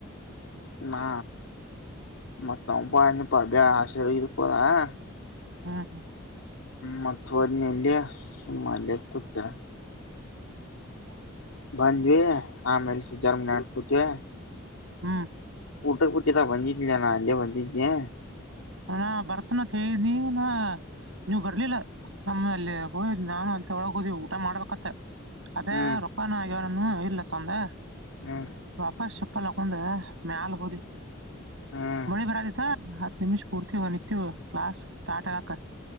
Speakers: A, on the left; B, on the right.
A: ನಾ ಮತ್ತಬ ಅ ಆಶ <unintelligible> ಪ್ಪದಾ <unintelligible>
B: ಹ್ಮ್ ಹ್ಮ್
A: ಮಥವಾ <unintelligible> ನೀಲ ಸುಮಲೆ <unintelligible> ಕುುತ್ತ
B: ಹ ಹ
A: ಬಂದ್ವಿ ಆಮೇಲೆ ಸುಜಾರ ಮನೆಗೆ ಕೂತ್ವಿ
B: ಹ್ಮ್
A: ಊಟ ಕುಟ್ಟಿ ತಾ <unintelligible> ಬಂದಿದ್ದಲಯಾ ನಾ ಅಲ್ಲಿೇ ಬಂದಿದ್ದೇನೆ
B: ಹ ನಾ <unintelligible> ಭರತನ ತನಿಣಾ <unintelligible> ನೀವ್ ಬರ್ಲಿಲ್ಲ ನಮ್ಮ ಅಲ್ಲಿ ಹೋ ನಾನು ಅಂತ ಒಳಗ್ ಹೋದಿವ ಊಟ ಮಾಡ್ಬೇಕತ್ತ ಅದೇ
A: ಹ್ಮ್
B: ರೊಕ್ಕಾನ ಆಗ್ಯವಾರನು <unintelligible> ಇಲ್ಲ ತೊಂದೆ
A: ಹ್ಮ್
B: ವಾಪಸ್ ಪ್ಪಲ್ಲಾಕಂದೆ <unintelligible> ಮ್ಯಾಲ ಹೋದವು
A: ಹ್ಮ್
B: ಮಳಿ ಬರದಿತ್ತ ನಿಮಿಷ್ ಪೂರ್ತಿ ನಿತ್ಯವ ಕ್ಲಾಸ್ ಸ್ಟಾರ್ಟ್ ಆಗಕ